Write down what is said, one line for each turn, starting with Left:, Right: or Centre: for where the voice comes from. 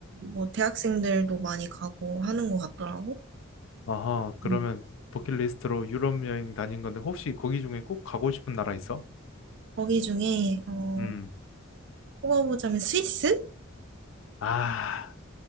Right: 뭐 대학생들도 많이 가고 하는 것 같더라고.
Left: 아하. 그러면
Right: 음.
Left: 버킷리스트로 유럽 여행 다닌 건데 혹시 거기 중에 꼭 가고 싶은 나라 있어?
Right: 거기 중에 어,
Left: 음.
Right: 뽑아보자면 스위스?
Left: 아,